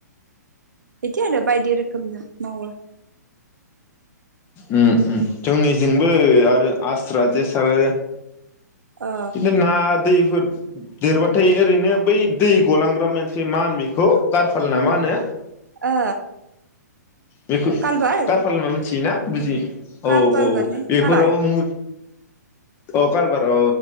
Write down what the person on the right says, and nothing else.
बिदि आरो बायदि रोखोमजों मावो।
ओ
ओ
कालबार
कारपाल
माने
कालबार